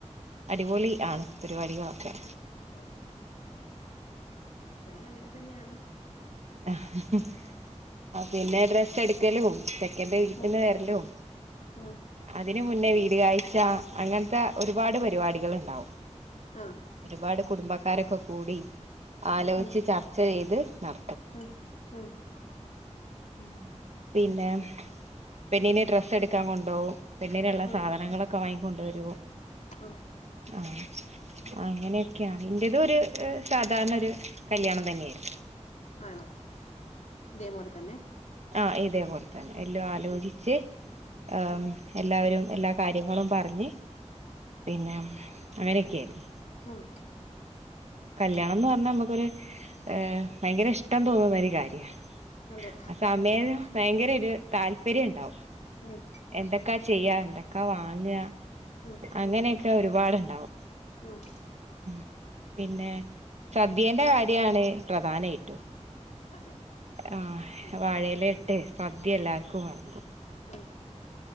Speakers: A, on the right; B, on the left.
A: അടിപൊളി ആണ്
B: അതെലേ
A: പരിപാടികളൊക്കെ
B: ഉം ഉം ഇവിടെം അങ്ങനെ തന്നെയാണ്
A: ആഹ് പിന്നെ ഡ്ര സ്സെട്ക്കലും ചെക്കന്റെ വീട്ടില്
B: ഉം
A: വരലും
B: ഉം
A: അതിന് മുന്നേ വീട്കാഴ്ച അങ്ങൻത്തെ ഒരുപാട് പരിപാടികൾ ഇണ്ടാവും
B: ആഹ്
A: ഒരുപാട് കുടുംബക്കാരൊക്കെ കൂടി ആലോചിച്ച്
B: ഉം
A: ചർച്ച ചെയ്ത് നട
B: ഉം ഉം ഉം
A: പിന്നെ പെണ്ണിനെ ഡ്രെസ്സ് എടുക്കാൻ കൊണ്ടോകും പെണ്ണിനുള്ള
B: ഉം
A: സാധനങ്ങളൊക്കെ വാങ്ങിക്കൊണ്ട് വരും
B: ഉം
A: ആഹ് അങ്ങനെക്ക്യാണ് എന്റേതൊര് എഹ് സാധാരണൊര് കല്ല്യാണം തന്നെയിര്ന്ന്.
B: ആണോ ഇതേപോലെ തന്നെ
A: ആഹ് ഇതേപോലെ തന്നെ എല്ലോം ആലോചിച്ച്
B: ഉം
A: ആം
B: ഉം
A: എല്ലാവരും എല്ലാ കാര്യങ്ങളും പറഞ്ഞ് പിന്നെ അങ്ങനെക്കെയിര്ന്നു.
B: ഉം
A: കല്യാണം
B: ഉം
A: ന്ന് പറഞ്ഞാ നമുക്കൊര് ഏഹ് ഭയങ്കര ഇഷ്ടം തോന്ന്ന്നൊരു കാര്യാ.
B: അതെ
A: അ സമയം ഭയങ്കരൊരു താല്പര്യണ്ടാവും.
B: ഉം
A: എന്തക്കാ ചെയ്യാ എന്തക്കാ വാങ്ങ
B: ഉം
A: അങ്ങനെക്കെ ഒരുപാട്ണ്ടാവും.
B: ഉം
A: ഉം പിന്നെ സദ്യേന്റെ കാര്യാണ് പ്രധാനായിട്ടും.
B: അതെ
A: ആഹ്
B: ഉം
A: വാഴയിലെട്ട് സദ്യ എല്ലാർക്കും
B: ഉം
A: വെളമ്പും.
B: ഉം